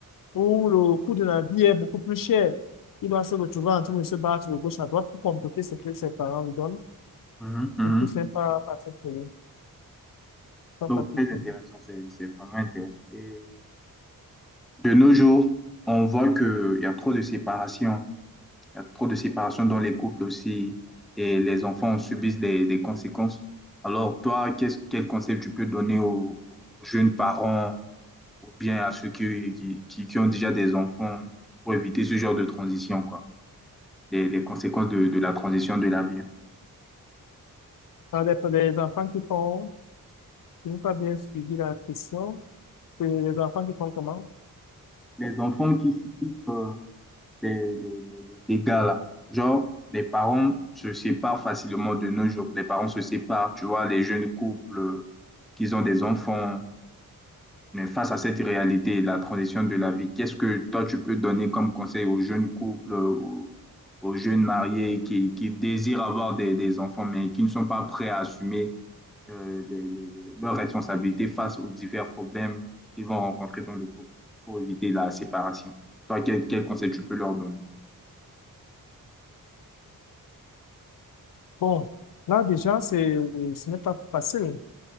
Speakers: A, on the left; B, in the centre.
A: où le coût de la vie est beaucoup plus cher, il doit se retrouver en train de se battre de gauche à droite pour compléter ce que ses parents lui donnent.
B: Mhm, mhm.
A: Et tout, c'est pas, pas très, très, pas
B: Donc,
A: pratique
B: très
A: pour
B: intéressant,
A: lui.
B: c'est c'est vraiment intéressant. Et de nos jours, on voit qu'il y a trop de séparation Il y a trop de séparation dans les couples aussi et les enfants subissent des, des conséquences. Alors, toi, qu'est-ce, quel conseil tu peux donner aux, aux jeunes parents ou bien à ceux qui, qui, qui- qui ont déjà des enfants pour éviter ce genre de transition, quoi, les, les conséquences de, de la transition de la vie? hein.
A: Alors, les les enfants qui font Je n'ai pas bien suivi la question. Et les enfants qui font comment?
B: Les enfants qui subissent euh, les, les, les- dégâts, là. Genre, les parents se séparent facilement de nos jours. Les parents se séparent, tu vois, les jeunes couples euh, qui ont des enfants Mais face à cette réalité, la transition de la vie, qu'est-ce que toi tu peux donner comme conseil aux jeunes couples, aux, aux jeunes mariés qui, qui désirent avoir des, des enfants, mais qui ne sont pas prêts à assumer euh, les- les- les- leurs responsabilités face aux divers problèmes qu'ils vont rencontrer dans le couple pour éviter la séparation? Toi, quel, quel conseil tu peux leur donner?
A: Bon, là déjà, c'est, ce n'est pas facile.